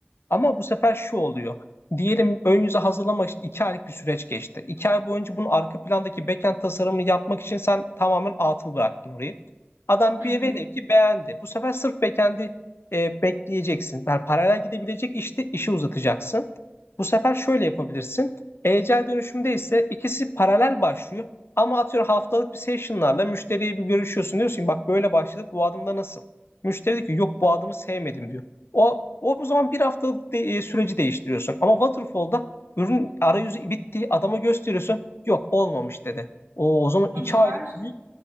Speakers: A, on the left; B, on the right.
A: Ama bu sefer şu oluyor. Diyelim ön yüze hazırlamak için iki aylık bir süreç geçti. İki ay boyunca bunun arka plandaki backend tasarımını yapmak için sen tamamen atıl bıraktın orayı. Adam
B: Hı
A: bir
B: hı.
A: velev ki beğendi. Bu sefer sırf backend'i e, bekleyeceksin. Yani paralel gidebilecek işte işi uzatacaksın. Bu sefer şöyle yapabilirsin. Agile dönüşümde ise ikisi paralel başlıyor. Ama atıyorum haftalık bir session'larla müşteriye bir görüşüyorsun. Diyorsun ki, bak böyle başladık bu adımda nasıl? Müşteri diyor ki yok bu adımı sevmedim diyor. O, o bu zaman bir haftalık de- e, süreci değiştiriyorsun. Ama waterfall'da ürün arayüzü bitti. Adama gösteriyorsun. Yok olmamış dedi. O, o zaman iki
B: Bu sefer
A: aylık büyük